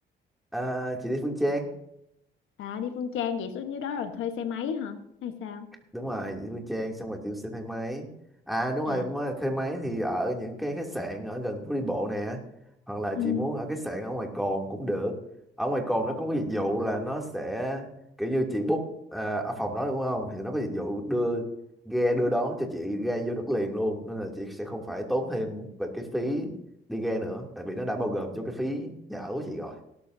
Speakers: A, in the centre; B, on the left.
A: à, chị đi Phương Trang
B: à đi Phương Trang vậy xuống dưới đó rồi thuê xe máy hả hay sao
A: đúng rồi chị Phương Trang xong rồi chị sẽ thay máy à đúng
B: À,
A: rồi mới thay máy thì ở những cái khách sạn ở gần phố đi bộ nè hoặc là chị
B: ừ.
A: muốn ở khách sạn ở ngoài cồn cũng được ở ngoài cồn nó có cái dịch vụ là nó sẽ kiểu như chị book à, ở phòng đó đúng không thì nó có dịch vụ đưa ghe đưa đón cho chị ghe vô đất liền luôn nên là chị sẽ không phải tốn thêm về cái phí đi ghe nữa tại vì nó đã bao gồm cho cái phí nhà ở của chị rồi